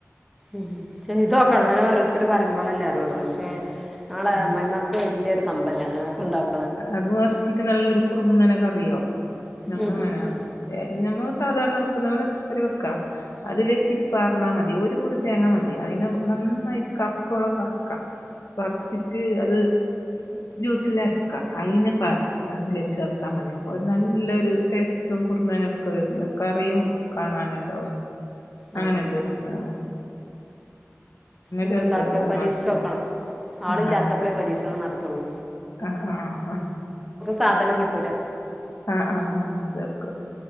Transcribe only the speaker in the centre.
ഉം ചെയ്തോക്കണം ഇങ്ങനെ ഓരോരുത്തർ പറയുമ്പോളല്ലേ അറിയുള്ളൂ, പക്ഷെ ഞങ്ങളെ
അമ്മായിയമ്മ ഇക്ക് വല്യൊരു കമ്പല്ല അങ്ങനൊക്കെണ്ടാക്
ഉം
ഉം
ഉം.
ആ ആ
ആ
നി
ണ്ടാക്കിയോ
പരീക്ഷിച്ചോക്കണം ആളില്ലാത്തപ്പളേ
പരീക്ഷണം നടത്തൊള്ളൂ.
സാധനം കിട്ടൂല